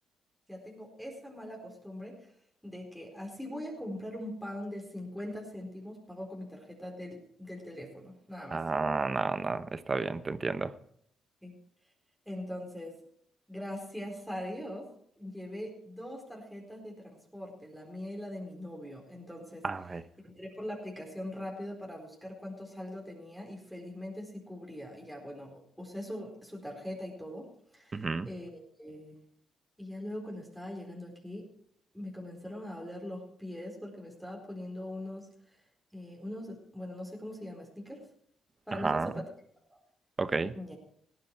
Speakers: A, in the centre; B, on the right.
A: Ya tengo esa mala costumbre de que así voy a comprar un pan de 50 céntimos, pago con mi tarjeta del, del teléfono, nada más.
B: Ah, no, no, está bien, te entiendo.
A: ¿sí? Entonces, gracias a Dios, llevé dos tarjetas de transporte, la mía y la de mi novio. Entonces,
B: A ver.
A: entré por la aplicación rápido para buscar cuánto saldo tenía y felizmente sí cubría. Y ya, bueno, usé su, su tarjeta y todo.
B: ujú,
A: Eh, eh, y ya luego cuando estaba llegando aquí, me comenzaron a doler los pies porque me estaba poniendo unos, eh, unos, bueno, no sé cómo se llama, sneakers. Para
B: Ajá,
A: mí son zapatillas.
B: ok,
A: Ya.